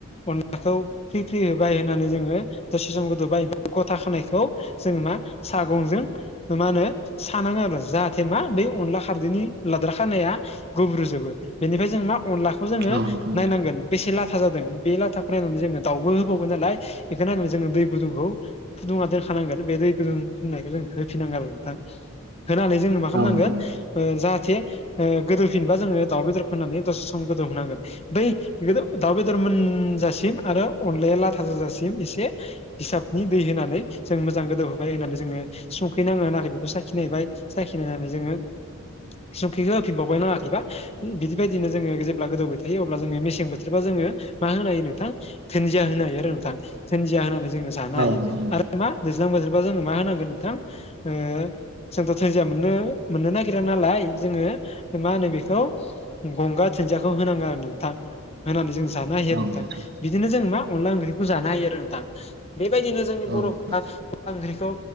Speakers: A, on the left; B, on the right.
A: अनला दाखौ फ्रि-फ्रि होबाय होननानै जोङो दसे सम गोदौबाय गथा खानायखौ जोङो मा सागंजों मा होनो सानाङो आरो जाहाथे मा बे अनला खारदैनि लाद्रा खानाया गुब्रुजोबो बेनिफ्राय जों मा अनला खौ जोङो
B: नोंथां
A: नायनांगोन। बेसे लाथा जादों बे लाथाखौ नायनानै जोङो दाउबो होबावगोन नालाय बेखौ नायनानै जोङो दै गुदुंखौ फुदुंना दोनखानांगोन बे दै गुदुं फुनायखौ जों होफिनांगोन आरो नोंथां होनानै जोङो मा खामनांगोन
B: औ नंगौ नोंथां
A: ओ जाहाथे ओ गोदौफिनबा जोङो दाउ बेदरखौ होनानै दसे सम गोदौ होनांगोन। बै बे दाउ बेदर मोनजासिम आरो अनलाया लाथा जाजासिम एसे हिसाबनि दै होनानै जों मोजां गोदौहोबाय होननानै जोङो संखैनाङो नाङाखै बेखौ साखिनायबाय। साखिनायनानै जोङो सुंख्रिखौ होफिनबावबाय नाङाखैबा। बिदिबायदिनो जोङो जेब्ला गोदौबाय थायो अब्ला जोङो मेसें बोथोरबा जोङो मा होनो हायो नोंथां धोनदिया होनो हायो आरो नोंथां धोनदिया होनानै जोङो जानो
B: औ
A: हायो
B: नंगौ नोंथां
A: आरो मा दैज्लां बोथोरबा जोङो मा होनांगोन नोंथां ओ जोंथ' धोनजिया मोननो मोननो नागिर रा नालाय जोङो मा होनो बेखौ गंगा धोनदियाखौ होनाङो आरो नोंथां होनानै जों जानो हायो
B: औ
A: आरो नोंथां
B: नंगौ
A: बि बिदिनो जों मा अनला ओंख्रिखौ जानो हायो आरो नोंथां। बेबायदिनो जोंनि
B: औ नोंथां औ
A: बर'फ्रा अनला ओंख्रिखौ